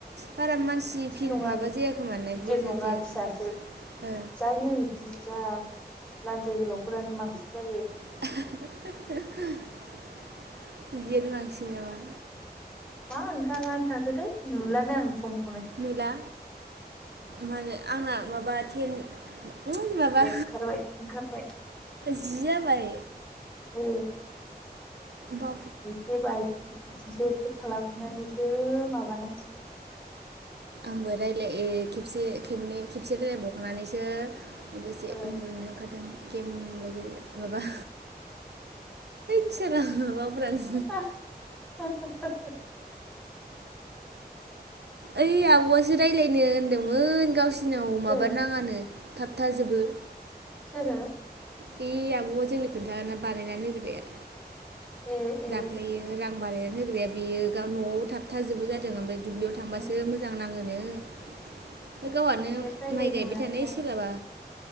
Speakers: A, on the right (about 80°); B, in the centre.
A: बारा मानसि
B: नङा
A: माबा जायाखै मान
B: गिदिर
A: बुरजा
B: नङा
A: जायाखै
B: फिसासो
A: ओ
B: जायो बुरजा लान्जाय गोलावफोरानो बांसिन जायो
A: <unintelligible> बिदियानो बांसिन नामा
B: मा ओंखारानो थाखो दैे नुलानो आं सम
A: नुला मा होनो आंना माबा टेन माबा
B: ए ओंखारबाय ओंखारबाय
A: जि जाबाय
B: औ
A: दा
B: जिसे बाजि बिदिसो खालामनानैसो माबानांसिगोन
A: आंबो रायज्लाय खेबसे खबनै खेबसे रायलाय बावखानानैसो गोसे
B: ओ
A: उनन्दुनो ओंखारदों गेम गेले माबा <unintelligible>
B: <unintelligible>
A: ओइ आब'आसो रायज्लायनो होनदोंमोन गावसिनाव
B: सोरो
A: माबा नाङानो थाबथाजोबो।
B: सोरो
A: बे आब'आ जोंनो खोन्थाना बानायनानै होग्राया।
B: ए ए
A: दाख्लैयो रां बारायनानै होग्राया बेयो न'आव थाबथाजोबो जादों ओमफ्राय दुब्लियाव थांबासो
B: उम
A: मोजां नाङोनो ओमफ्राय गावहाआनो
B: ओंखायनो रायलायनो
A: माइ गायबाय
B: मोनाखैदां
A: थानाय सोलाबा